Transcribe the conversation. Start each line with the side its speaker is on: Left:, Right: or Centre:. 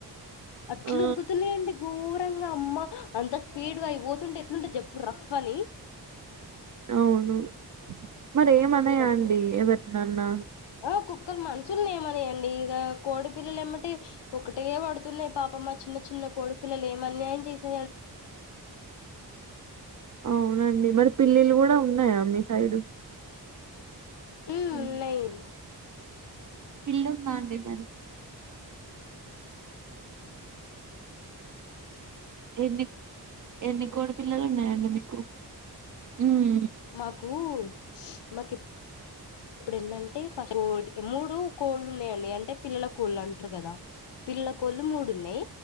Left: అట్లు
Right: ఆ
Left: ఉరుకుతున్నాయ ఏంటి ఘోరంగా అమ్మ అంత స్పీడ్గా అయి పోతుంటే ఎట్లుంటే జప్పు రఫ్ అని
Right: అవును మరి ఏమనయా
Left: అంత
Right: అండి ఎవరినన్నా
Left: ఆ కుక్కలు మనుషుల్ని ఏమనియండి ఇగ కోడి పిల్లలు ఎమ్మటే ఒకటే పడుతున్నాయి పాపం ఆ చిన్న చిన్న కొడి పిల్లలు ఏం అన్యాయం చేసినాయో
Right: అవునండి మరి పిల్లిలు కూడా ఉన్నాయా మీ సైడు
Left: ఉం
Right: ఉం
Left: న <unintelligible>
Right: పిల్లుందా అండి మరి ఎన్ని ఎన్ని కోడిపిల్లలు ఉన్నాయండి మీకు ఉమ్
Left: మాకు మాకి ఇప్పుడు ఎన్నంటే ఫస్ట్ కో మూడు కోళ్ళు ఉన్నాయండి అంటే పిల్లల కోళ్ళు అంటారు కదా పిల్లల కోళ్ళు మూడు ఉన్నాయి